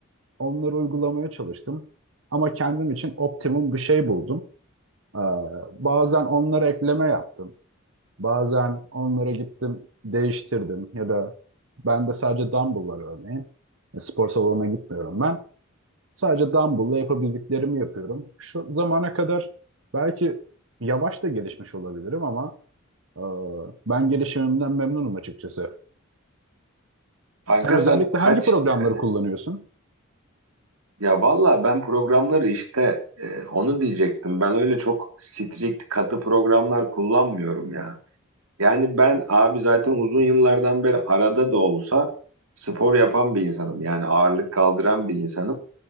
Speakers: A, on the right; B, on the right.
A: onları uygulamaya çalıştım. Ama kendim için optimum bir şey buldum. Ee, bazen onlara ekleme yaptım. Bazen onlara gittim, değiştirdim ya da ben de sadece dumbbell var örneğin. E, Spor salonuna gitmiyorum ben. Sadece dumbbell'la yapabildiklerimi yapıyorum. Şu zamana kadar belki yavaş da gelişmiş olabilirim ama e, ben gelişimimden memnunum açıkçası.
B: Kanka
A: Sen özellikle
B: sen kaç
A: hangi programları
B: yani?
A: kullanıyorsun?
B: Ya valla ben programları işte e, onu diyecektim. Ben öyle çok strict katı programlar kullanmıyorum ya. Yani ben abi zaten uzun yıllardan beri arada da olsa spor yapan bir insanım. Yani ağırlık kaldıran bir insanım.